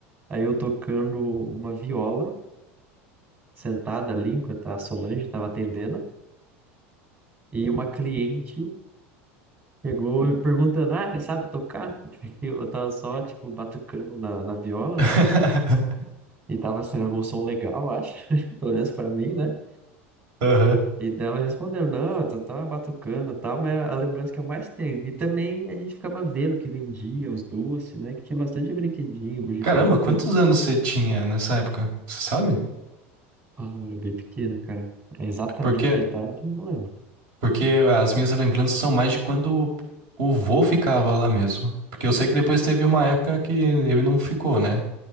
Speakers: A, on the right; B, on the right.
A: Aí eu tocando uma viola, sentada ali, enquanto a Solange estava atendendo, e uma cliente chegou e perguntando: Ah, ele sabe tocar? <laughs> Porque eu tava só, tipo, batucando na, na viola,
B: <laughs>
A: né? E tava sendo algum som legal, eu acho. <laughs> Pelo menos pra mim, né?
B: Aham.
A: E dela respondeu, não, eu só tava batucando e tal, mas é a lembrança que eu mais tenho. E também a gente ficava vendo o que vendia, os doces, né? Que tinha bastante brinquedinho, bugiganga,
B: Caramba,
A: coisa.
B: quantos anos você tinha nessa época? Você sabe?
A: Ah, eu era bem pequeno, cara. É Exatamente
B: Porque,
A: a idade, eu não lembro.
B: porque as minhas lembranças são mais de quando o vô ficava lá mesmo. Porque eu sei que depois teve uma época que ele não ficou, né?